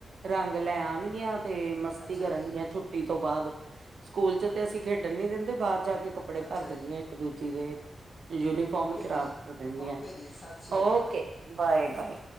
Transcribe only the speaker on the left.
ਅੱਛਾ
ਜੀ।
ਅੱਛਾ
ਜੀ,
ਓਕੇ
ਜੀ,
ਓਕੇ ਜੀ, ਸਤਿ ਸ਼੍ਰੀ
ਅਕਾਲ ਜੀ।